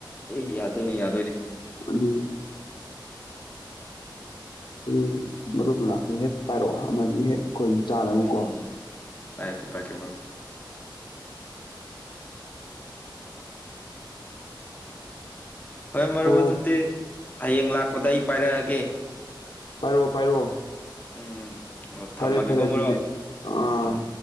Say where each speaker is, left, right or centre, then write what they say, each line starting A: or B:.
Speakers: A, on the left; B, on the left.
A: ꯑꯦ ꯌꯥꯗꯣꯏꯅꯦ ꯌꯥꯗꯣꯏꯅꯦ
B: ꯑꯗꯨꯕꯨ ꯍꯌꯦꯡ ꯃꯔꯨꯞ ꯂꯥꯛꯄꯗ ꯍꯦꯛ ꯄꯥꯏꯔꯛꯑꯣ ꯑꯃ ꯑꯅꯤ ꯍꯦꯛ ꯑꯩꯈꯣꯏꯁꯨ ꯆꯥꯅꯕꯀꯣ-
A: ꯎꯝ ꯎꯝ ꯎꯝ ꯄꯥꯏꯔꯛꯀꯦ ꯄꯥꯏꯔꯛꯀꯦ ꯃꯔꯨꯞ ꯐꯔꯦ ꯃꯔꯨꯞ
B: ꯍꯣ
A: ꯑꯗꯨꯨꯗꯤ ꯍꯌꯦꯡ ꯂꯥꯛꯄꯗ ꯑꯩ ꯄꯥꯏꯔꯛꯑꯒꯦ-
B: ꯄꯥꯏꯔꯛꯑꯣ ꯄꯥꯏꯔꯣ
A: ꯎꯝ- ꯑꯣ
B: ꯐꯔꯦ
A: ꯊꯝꯃꯒꯦꯀꯣ
B: ꯐꯔꯦ ꯑꯗꯨꯗꯤ
A: ꯃꯔꯨꯞ
B: ꯑꯥ
A: ꯎꯝ ꯎꯝ